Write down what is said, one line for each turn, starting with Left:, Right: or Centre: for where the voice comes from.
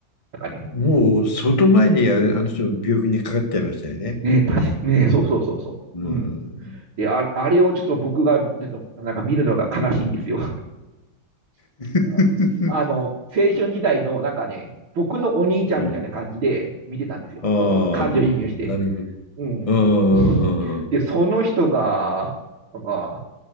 Right: なんかね、
Left: もう相当前にあれ、あの人の病気にかかっちゃいましたよね。
Right: ねえ、確かねえ、そうそうそうそう。
Left: うん。
Right: うん。で、あ、あれをちょっと僕が、ちょっとなんか見るのが悲しいんですよ。<laughs>
Left: <laughs>
Right: あの、青春時代の、なんかね、僕のお兄ちゃんみたいな感じで見てたんですよ。
Left: うん。<laughs> あ
Right: その、感情移入して。
Left: あ、なるほど。
Right: うん。
Left: うんうんうんうん。
Right: で、その人が、なんか、